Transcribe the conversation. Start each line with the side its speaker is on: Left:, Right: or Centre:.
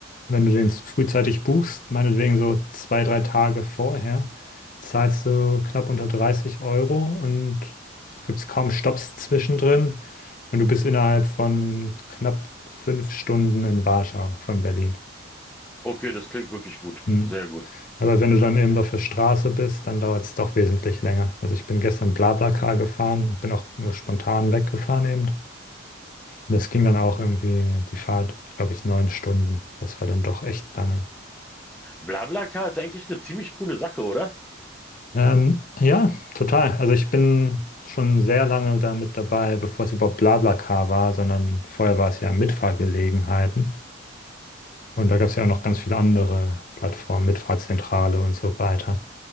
Left: Wenn du den frühzeitig buchst, meinetwegen so zwei, drei Tage vorher, zahlst du knapp unter 30 Euro und gibt es kaum Stopps zwischendrin. Und du bist innerhalb von knapp fünf Stunden in Warschau von Berlin.
Centre: Okay, das klingt wirklich gut.
Left: Hm.
Centre: Sehr gut.
Left: Aber wenn du dann eben auf der Straße bist, dann dauert es doch wesentlich länger. Also ich bin gestern BlaBlaCar gefahren, bin auch nur spontan weggefahren eben. Das ging dann auch irgendwie die Fahrt, glaube ich, neun Stunden. Das war dann doch echt lange.
Centre: BlaBlaCar ist eigentlich eine ziemlich coole Sache, oder?
Left: Ähm, ja, total. Also ich bin schon sehr lange da mit dabei, bevor es überhaupt BlaBlaCar war, sondern vorher war es ja Mitfahrgelegenheiten. Und da gab es ja auch noch ganz viele andere Plattformen, Mitfahrzentrale und so weiter.